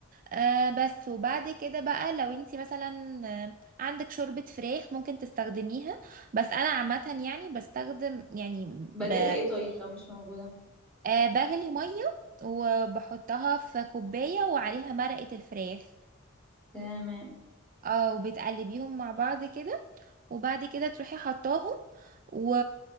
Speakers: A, on the right (about 40°); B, in the centre.
A: آه بس وبعد كده بقى لو انتي مثلا آه، عندك شوربة فراخ ممكن تستخدميها بس أنا عامة يعني بستخدم يعني ب-
B: بديلها ايه طيب لو مش موجودة
A: آه بغلي مية وبحطها في كوباية وعليها مرقة الفراخ
B: تمام
A: اه وبتقلبيهم مع بعض كده وبعد كده تروحي حطاهم و...